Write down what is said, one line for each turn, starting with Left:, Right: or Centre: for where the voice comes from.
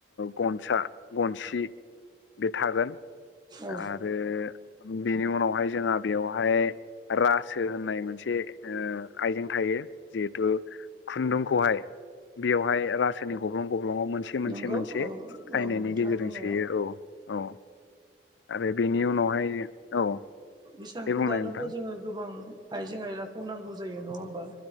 Left: गनसा गनसि बे थागोन
Right: औ
Left: आरो बेनि उनावहाय जोंहा बेवहाय रासो होननाय मोनसे आइजें थायो जिहेथु खुन्दुंखौहाय बेयावहाय रासो सोरनि गब्लं गब्लंवाव मोनसे मोनसे
Right: नंगौ
Left: मोनसे
Right: औ
Left: खायनायनि
Right: औ नोंथाङा
Left: गेजेरजों
Right: बुंनाया
Left: सोयो औ औ आरो बेनि उनावहाय औ
Right: इसानखौ
Left: दे बुंनाय
Right: दानोब्ला
Left: नोंथां
Right: जोङो गोबां आइजें आयलाखौ नांगौ जायो नङा होमबा